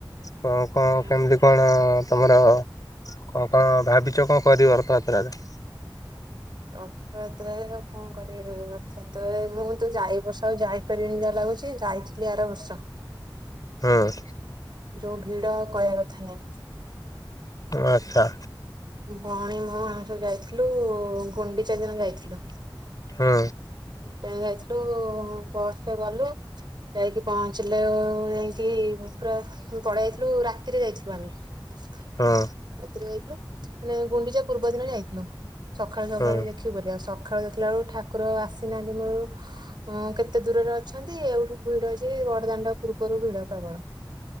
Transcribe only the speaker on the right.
ହଁ।
ରଥଯାତ୍ରାରେ ଆଉ କଣ କରିବୁ ରଥଯାତ୍ରାରେ ମୁଁ ତ ଯାଇ ବର୍ଷ ଆଉ ଯାଇପାରିବିନି ଯାହା ଲାଗୁଛି ଯାଇଥିଲି ଆର ବର୍ଷ।
ଯୋଉଁ ଭିଡ଼ କହିବା କଥା ନାହିଁ।
ଭଉଣୀ ମୋ ଆମେ ସବୁ ଯାଇଥିଲୁ ଗୁଣ୍ଡିଚା ଦିନ ଯାଇଥିଲୁ।
<unintelligible> ଠୁ ବସ ରେ ଗଲୁ ଯାଇକି ପହଞ୍ଚିଲେ ଯାଇକି ପହଂଚିଲୁ ପଳେଇ ଯାଇଥିଲୁ ରାତିରେ ଯାଇଥିଲୁ ଆମେ। ରାତିରେ
ଯାଇଥିଲୁ ମାନେ ଗୁଣ୍ଡିଚା ପୂର୍ବ ଦିନ ଯାଇଥିଲୁ। ସକାଳୁ ସକାଳୁ
ଦେଖି ବୋଲି ସଖାଳେ ଦେଖିଲା ବେଳକୁ ଠାକୁର ଆସି ସିନାହାନ୍ତି ମୂଳରୁ କେତେ ଦୂରରେ ଅଛନ୍ତି ଏଉଠୁ ଭିଡ ଯେ ବଡଦାଣ୍ଡ ପୂର୍ବରୁ ଭିଡ ପ୍ରବଳ।